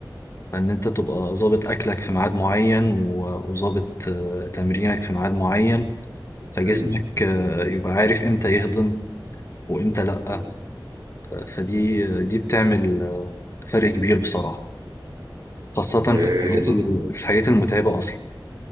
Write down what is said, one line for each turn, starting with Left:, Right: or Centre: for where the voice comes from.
Left: فان انت تبقى ظابط اكلك في ميعاد معين و- وظابط آه، تمرينك في ميعاد معين فجسمك
Right: ايوه
Left: آه، يبقى عارف امتى يهضم وامتى لا
Right: ايوه
Left: آه، فدي آه، دي بتعمل آه، فرق كبير بصراحه خاصه
Right: آه،
Left: في الحاجات ال- الحاجات المتعبه اصلا